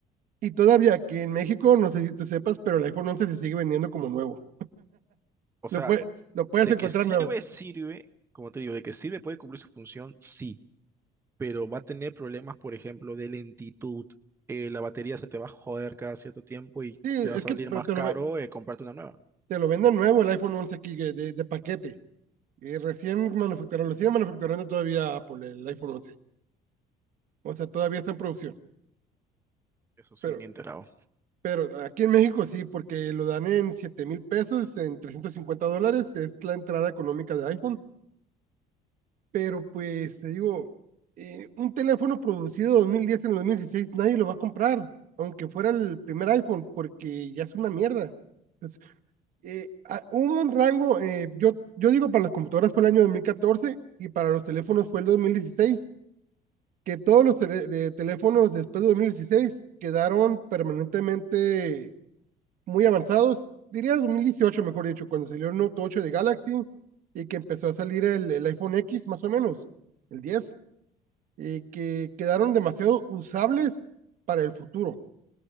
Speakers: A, on the right; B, on the right.
A: Y todavía aquí en México, no sé si tú sepas, pero el iPhone 11 se sigue vendiendo como nuevo.
B: O
A: Lo,
B: sea,
A: puede- lo puedes
B: De
A: encontrar
B: que sirve,
A: nuevo.
B: sirve, como te digo, de que sirve puede cumplir su función, sí, pero va a tener problemas, por ejemplo, de lentitud. eh, la batería se te va a joder cada cierto tiempo y
A: Sí,
B: te va
A: es
B: a salir
A: que pero
B: más
A: te,
B: caro
A: lo, ve-
B: eh, comprarte una nueva.
A: te lo venden nuevo el iPhone 11 aquí de, de- de paquete. Y recién manufacturado, lo sigue manufacturando todavía Apple, el iPhone once O sea, todavía está en producción.
B: Eso sí,
A: Pero,
B: ni enterado.
A: pero aquí en México sí, porque lo dan en siete mil pesos, en 350 dólares, es la entrada económica de iPhone. pero pues te digo, eh, un teléfono producido 2010 en el 2016 nadie lo va a comprar, aunque fuera el primer iPhone, porque ya es una mierda. Entonces, eh, a- hubo un rango, eh, yo, yo digo para las computadoras fue el año 2014 y para los teléfonos fue el 2016 que todos los tele- de teléfonos después de 2016 quedaron permanentemente muy avanzados. Diría 2018 mejor dicho, cuando salió el Note ocho de Galaxy y que empezó a salir el, el iPhone X, más o menos, el 10 eh, que quedaron demasiado usables para el futuro.